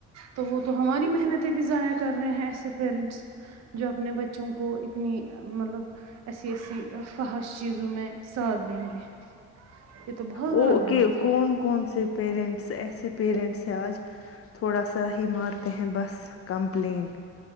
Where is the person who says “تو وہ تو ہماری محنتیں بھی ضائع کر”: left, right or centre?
Right